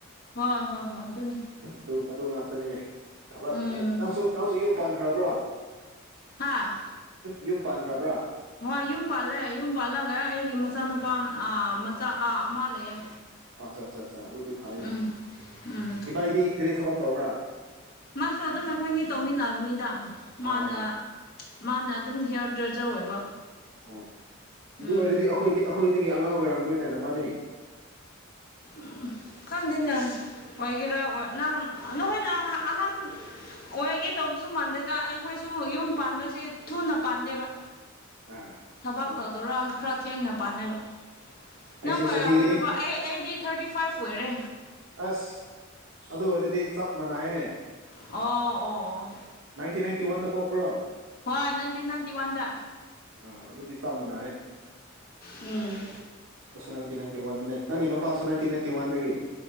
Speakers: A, on the left; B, on the right.
A: ꯍꯣꯏ ꯍꯣꯏ ꯍꯣꯏ ꯑꯗꯨꯅꯦ
B: ꯑꯗꯨ ꯑꯗꯨ ꯉꯥꯛꯇꯅꯤꯅꯦ ꯊꯕꯛ
A: ꯎꯝ
B: ꯅꯪꯁꯨ ꯅꯪꯁꯨ ꯌꯨꯝ ꯄꯥꯟꯈ꯭ꯔꯕ꯭ꯔꯥ
A: ꯍꯥꯥ
B: ꯌꯨꯝ ꯄꯥꯟꯈ꯭ꯔꯕ꯭ꯔꯥ
A: ꯍꯣꯏ ꯌꯨꯝ ꯄꯥꯜꯂꯑꯦ ꯌꯨꯝ ꯄꯥꯜꯂꯒ ꯑꯩꯒꯤ ꯃꯆꯥꯅꯨꯄꯥ ꯃꯆꯥꯥ ꯑꯃ ꯂꯩꯌꯦ
B: ꯑꯠꯆꯥ ꯑꯠꯆꯥ ꯑꯠꯆꯥ ꯑꯗꯨꯗꯤ ꯐꯩꯅꯦ
A: ꯎꯝ ꯎꯝ
B: ꯏꯕꯥꯏꯗꯤ ꯀꯔꯤ ꯊꯕꯛ ꯇꯧꯕ꯭ꯔꯥ
A: ꯃꯥꯁꯨ ꯑꯗꯨꯝ ꯑꯩꯈꯣꯏꯅꯤ ꯇꯧꯃꯤꯟꯅꯕꯅꯤꯗ ꯃꯥꯅ
B: ꯑꯣ ꯑꯣ
A: ꯃꯥꯅ ꯑꯗꯨꯝ ꯍꯤꯌꯥꯔ ꯗ꯭ꯔꯦꯖꯔ ꯑꯣꯏꯕ
B: ꯑꯣ ꯑꯣ ꯑꯗꯨ
A: ꯎꯝ
B: ꯑꯣꯏꯔꯗꯤ ꯑꯩꯈꯣꯏꯗꯤ ꯑꯩꯈꯣꯏꯗꯒꯤ ꯑꯉꯥꯡ ꯑꯣꯏꯔꯝꯕꯅꯤꯅꯦ ꯅꯕꯥꯅꯤ
A: ꯎꯝ ꯈꯪꯗꯦꯅꯦ ꯑꯣꯏꯒꯦꯔꯥ ꯅꯪ ꯅꯈꯣꯏ ꯅꯪ ꯑꯍꯥꯟ ꯑꯣꯏꯒꯦ ꯇꯧꯕꯁꯨ ꯃꯥꯟꯗꯦꯗ ꯑꯩꯈꯣꯏꯁꯨ ꯌꯨꯝ ꯄꯥꯟꯕꯁꯦ ꯊꯨꯅ ꯄꯥꯟꯗꯦꯕ
B: ꯑꯥ
A: ꯊꯕꯛ
B: ꯑꯥ
A: ꯇꯧꯗꯧꯔꯥ ꯈꯔ ꯊꯦꯡꯅ ꯄꯥꯟꯅꯩꯕ
B: ꯑꯩꯁꯦ
A: ꯅꯪ ꯀꯌꯥ
B: ꯆꯍꯤ
A: ꯑꯣꯏ ꯑꯩ ꯑꯩꯗꯤ ꯊꯥꯔꯇꯤ ꯐꯥꯏꯚ ꯑꯣꯏꯔꯦ
B: ꯑꯁ ꯑꯗꯨ ꯑꯣꯏꯔꯗꯤ ꯆꯞꯃꯅꯥꯏꯅꯦ
A: ꯑꯣ ꯑꯣ ꯑꯣ
B: ꯅꯥꯏꯇꯤꯟ ꯅꯥꯏꯟꯇꯤ ꯋꯥꯟꯗ ꯄꯣꯛꯄ꯭ꯔꯣ
A: ꯍꯣꯏ ꯅꯥꯟꯇꯤꯟ ꯅꯥꯟꯇꯤꯋꯥꯟꯗ
B: ꯑꯥ ꯑꯗꯨꯗꯤ ꯆꯞ ꯃꯅ ꯑꯦ
A: ꯎꯝ
B: ꯅꯪꯒꯤ ꯅꯨꯄꯥꯁꯨ ꯅꯥꯢꯇꯤ ꯅꯥꯏꯇꯤ ꯋꯥꯗꯒꯤ